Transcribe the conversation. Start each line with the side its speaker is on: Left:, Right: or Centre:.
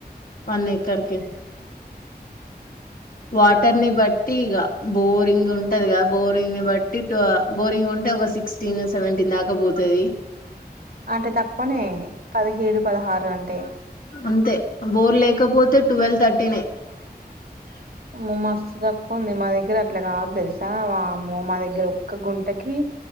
Left: వన్ ఏకర్ కి
Right: అహ్
Left: వాటర్ని బట్ టీ ఇగా బోరింగ్ ఉంటది కదా బోరింగ్ ని బట్టి టు బోరింగ్ ఉంటే ఒక సిక్స్ టీన్ సెవెంటీన్ దాక పోతు ది
Right: అంటే తక్కువనే పదిహేడు పదహారు అంటే
Left: అంతే బోర్ లేకపోతే ట్వెల్వ్ థర్టీనే
Right: అ మస్తు తక్కువ ఉంది మా దగ్గర అట్లా కాదు తెల్సా వామ్మో మా దగ్గర ఒక్క గుంటకి